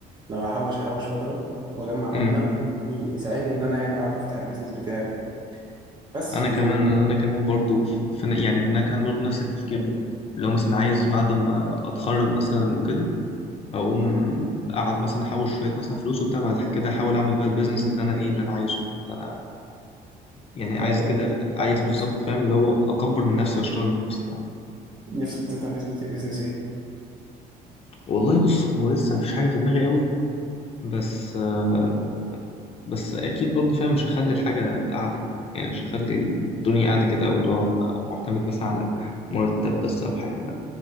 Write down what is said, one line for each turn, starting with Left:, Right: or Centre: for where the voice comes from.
Right: لو هحوش احوش فتره واجمع مبلغ
Left: امم
Right: ي- يساعدني ان انا يعني اعرف افتح البيزنس بتاعي بس
Left: انا
Right: و
Left: كمان
Right: <laughs>
Left: انا كمان برضو في في- يعني انا كمان برضو نفس التفكير ده اللي هو مثلا عايز بعد ما اتخرج مثلا وكده اقوم اقعد مثلا احوش شويه مثلا فلوس وبتاع بعد كده احاول اعمل بقى البيزنس اللي انا ايه اللي انا عايزه اللي انا يعني عايز
Right: يعني انت
Left: كده
Right: إيه البيزنس بتاعك
Left: عايز
Right: اللي
Left: بالظبط
Right: نفسك تفتحه؟
Left: فاهم اللي هو اكبر من نفسي واشتغل من نفسي فاهم
Right: نفسك تفتح بيزنس بيزنس ايه؟
Left: والله بص هو لسه مفيش حاجه في دماغي قوي بس آه، بس اكيد برضو فاهم مش هخلي الحاجه قاعده كده يعني مش هخلي الدنيا قاعده كده واللي هو أبقى معتمد مثلا على مرتب بس او حاجه لا.